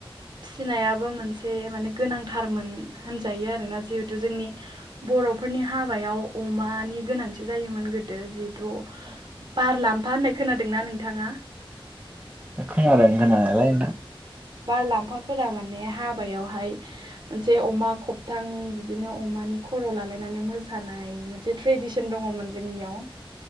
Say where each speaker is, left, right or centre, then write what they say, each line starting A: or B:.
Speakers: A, on the right (about 50°); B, on the right (about 15°).
A: फिसिनायाबो मोनसे माने गोनांथारमोन होनजायो आरोना जिहेथु जोंनि बर'फोरनि हाबायाव अमानि गोनांथि जायोमोन गोदो जिहेथु
B: औ
A: बारलांफा होननाय खोनादोंना नोंथाङा?
B: खोनादों खोनानायालाय नोंथां
A: बार लाम्फाफोरा माने हाबायावहाय मोनसे अमा खबथां बिदिनो अमानि खर' लालायनानै मोसानाय जे ट्रेडिसन दङमोन जोंनियाव